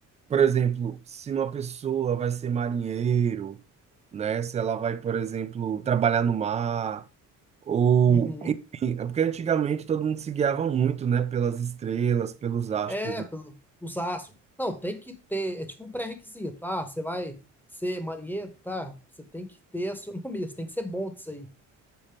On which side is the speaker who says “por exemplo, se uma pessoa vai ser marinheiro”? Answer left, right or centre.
Right